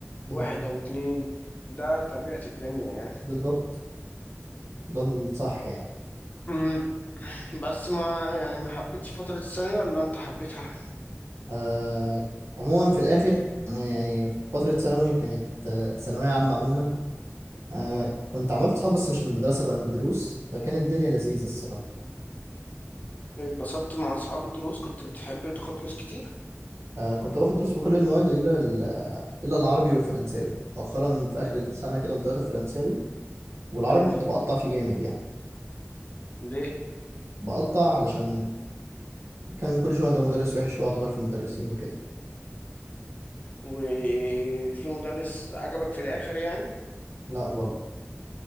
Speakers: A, on the right (about 70°); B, on the left (about 35°).
A: مم.
B: واحد أو اتنين ده طبيعة الدنيا يعني
A: بالظبط ده الصح يعني
B: مم. بس ما يعني ما حبيتش فترة الثانوي ولا انت حبيتها
A: آه عموما في الآخر أنا يعني في فترة ثانوي كانت آه، ثانوية عامة عموما آه كنت عملت صحاب بس مش من المدرسة بقى من الدروس فكانت الدنيا لذيذة الصراحة
B: اتبسطت مع اصحاب الدروس كنت بتحب تاخد دروس كتير
A: آه كنت باخد دروس في كل المواد إلا ال- إلا العربي والفرنساوي مؤخرا في آخر السنة كده كنت واخد فرنساوي والعربي
B: مم.
A: كنت بقطع فيه جامد يعني
B: ليه
A: بقطع علشان كان كل شويه ده مدرس وحش واقعد اغير في المدرسين وكده
B: وفي مدرس عجبك في الاخر يعني
A: لا برضه